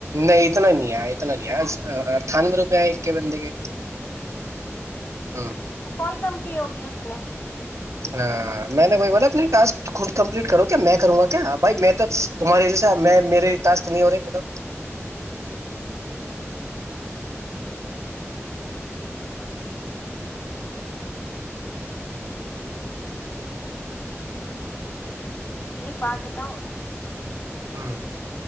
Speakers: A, on the right; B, on the left.
A: نہیں اتنا نہیں ہے اتنا نہیں ہے تھانور روپئے ہے ا کے بندے کے ہاں
B: تو کال کم کی ہوگی اس نے
A: ہ میں نے بھ ب اپ ٹک خود کمپلیٹ کرو کیا میں کروں گا کیا بھائی میں تو تمہارے جیسے میں میرے ٹس نہیں ہو رہے <unintelligible>
B: ایک بات بتاؤ
A: ہاں